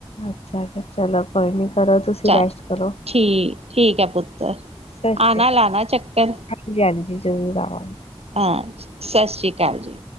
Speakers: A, on the left; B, on the right.
A: ਅੱਛਾ- ਅੱਛਾ ਚਲੋ ਕੋਈ ਨੀ ਕਰੋ ਤੁਸੀਂ
B: ਚ
A: ਰੈਸਟ ਕਰੋ
B: ਠੀਕ- ਠੀਕ ਐ ਪੁੱਤਰ
A: ਸਤਿ ਸ਼੍ਰੀ
B: ਆਣਾ ਲਾਣਾ ਚੱਕਰ
A: ਹਾਂਜੀ -ਹਾਂਜੀ ਜ਼ਰੂਰ ਆਵਾਗੀ।
B: ਹਾਂ, ਸਤਿ ਸ੍ਰੀ ਅਕਾਲ ਜੀ।